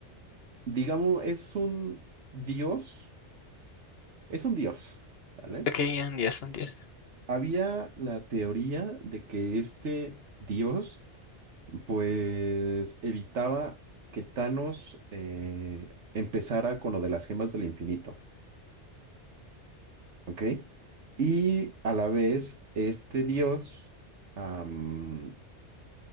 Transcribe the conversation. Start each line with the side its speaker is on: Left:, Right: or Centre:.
Right: digamos, es un dios, es un dios, ¿sale?
Left: Ok, un dios, un dios.
Right: Había la teoría de que este dios, pues, evitaba que Thanos eh, empezara con lo de las gemas del infinito, ¿ok? Y a la vez, este dios, am,